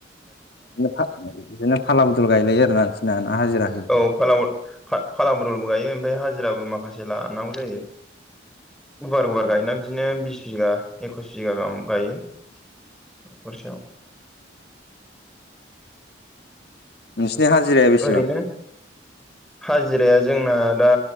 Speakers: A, on the left; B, in the centre.
A: अहा बिदिनो फाला बदल गायलायो आरो ना नोंसिनना ना हाजिरा होयो?
B: औ फाला ब- फा फाला बदलबो गायो ओमफ्राय हाजिराबो माखासे लानांगौ जायो गुवार गुवार गायोना- बिदिनो बिस बिघा एकस - बिगा गाहाम गायो नखरसेयाव। <unintelligible>
A: नोंसिनि हाजिराया बेसेबां?
B: ओरैनो हाजिराया जोंना दा